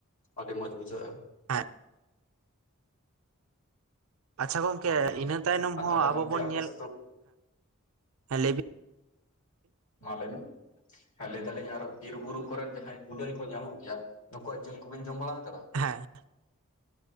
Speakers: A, on the left; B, on the right.
A: ᱟᱹᱰᱤ ᱢᱚᱢ ᱵᱩᱡᱷᱟᱹᱜ-ᱟ᱾
B: <unintelligible> ᱟᱪᱪᱷᱟ ᱜᱚᱝᱠᱮ
A: ᱱᱚᱜᱼᱚ ᱱᱚᱝᱠᱟ
B: ᱤᱱᱟᱹ ᱛᱟᱭᱱᱚᱢ
A: ᱟᱨ
B: ᱦᱚᱸ
A: ᱛᱟᱦᱚᱞᱮ
B: ᱟᱵᱚ
A: ᱜᱚᱝᱠᱮ
B: ᱵᱚᱱ
A: ᱟᱯᱮ
B: ᱧᱮᱞ
A: ᱥᱮᱫ ᱫᱚ
B: ᱦᱮᱸ ᱞᱟᱹᱭᱵᱤᱱ
A: ᱢᱟ ᱞᱟᱹᱭ ᱢᱮ ᱾ ᱦᱮ ᱞᱟᱹᱭ ᱫᱟᱞᱤᱧ ᱟᱨᱚ ᱵᱤᱨ ᱵᱩᱨᱩ ᱠᱚᱨᱮᱱ ᱡᱟᱦᱟᱸᱭ ᱠᱩᱞᱟᱹᱭ ᱠᱚ ᱧᱟᱢᱚᱜ ᱜᱮᱭᱟ, ᱱᱩᱠᱩᱣᱟᱜ ᱡᱤᱞ ᱠᱚᱵᱤᱱ ᱡᱚᱢ ᱵᱟᱲᱟ ᱟᱠᱟᱫᱟ?
B: ᱦᱮᱸ